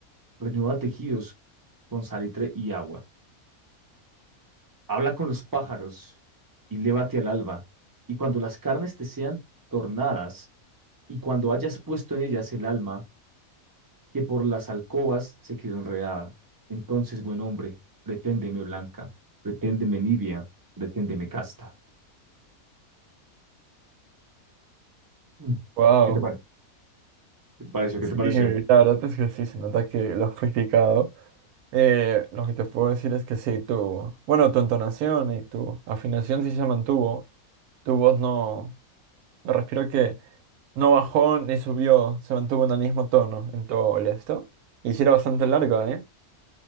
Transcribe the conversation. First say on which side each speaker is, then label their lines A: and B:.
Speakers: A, on the right; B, on the right.
A: renueva tejidos con salitre y agua. Habla con los pájaros y lévate al alba. Y cuando las carnes te sean tornadas, y cuando hayas puesto en ellas el alma, que por las alcobas se quedó enredada. Entonces, buen hombre, preténdeme blanca, preténdeme nibia, preténdeme casta. Mm.
B: Wow.
A: ¿Qué te, par- te pareció? ¿Qué
B: Sí,
A: te pareció?
B: la verdad es que sí, se nota que lo has practicado. Eh, lo que te puedo decir es que sí, tu, bueno, tu entonación y tu afinación sí se mantuvo. Tu voz no, me refiero que no bajó ni subió, se mantuvo en el mismo tono en todo el esto. Y sí era bastante larga, ¿eh?